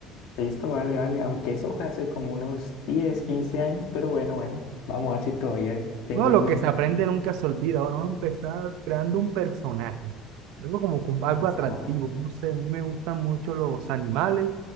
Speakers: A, on the left; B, on the right.
A: listo, vale, vale. Aunque eso fue hace como unos 10 15 años, pero bueno, bueno, vamos a ver si todavía tengo
B: No,
A: el
B: lo
A: don.
B: que se aprende nunca se olvida. bueno, Vamos a empezar creando un personaje. Algo como con algo
A: Listo,
B: atractivo.
A: vale.
B: No sé, a mí me gustan mucho los animales.